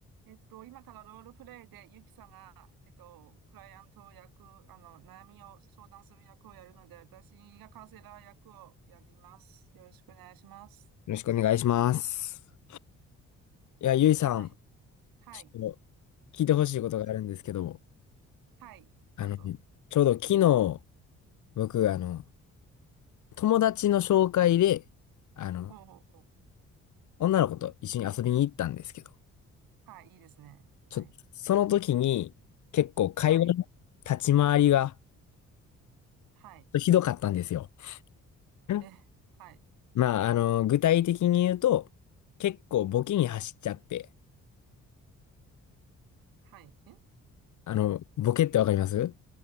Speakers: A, on the right (about 80°); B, on the left (about 60°).
A: えっと、今からロールプレイで、ゆきさんが、えっと、クライアント役、あの、悩みを相談する役をやるので、私がカウンセラー役をやります。よろしくお願いします。
B: よろしくお願いします。いや、ゆいさん、
A: はい。はい。
B: ちょっと聞いてほしいことがあるんですけど、
A: はい。
B: あの、
A: どうぞ。
B: ちょうど昨日、僕、あの、友達の紹介で、あの、
A: ほうほうほう。
B: 女の子と一緒に遊びに行ったんですけど、
A: はい。いいですね。はい。
B: ちょっと、その時に、結構会話の立ち回りが
A: はい。はい。
B: ひどかったんですよ。ん
A: え、はい。
B: まあ、あの、具体的に言うと、結構ボケに走っちゃって、
A: はい。え
B: あの、ボケってわかります